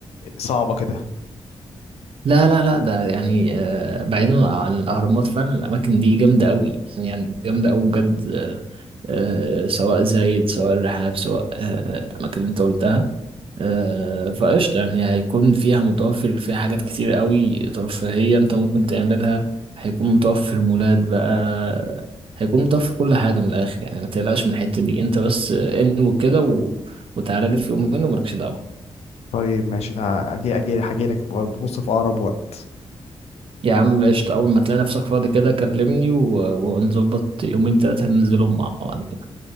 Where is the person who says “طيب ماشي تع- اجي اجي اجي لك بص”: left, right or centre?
Left